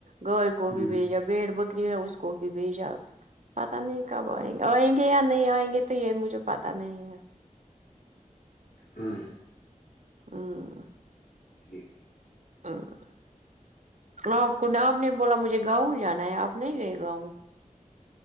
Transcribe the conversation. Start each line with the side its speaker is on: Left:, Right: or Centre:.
Right: گائے کو بھیجا
Left: ہ
Right: بھیڑ بکرے اس کو بھی بھیجا پتا نہیں کب آئیں گے آئیں گے یا نہیں آئیں گے تو یہ مجھے پتا نہیں ہے
Left: ہاں
Right: ہاں
Left: ٹھیک <unintelligible>
Right: ہاں آپ کو آپ نے بولا مجھے گاؤں جانا ہے آپ نہیں گئے گاؤں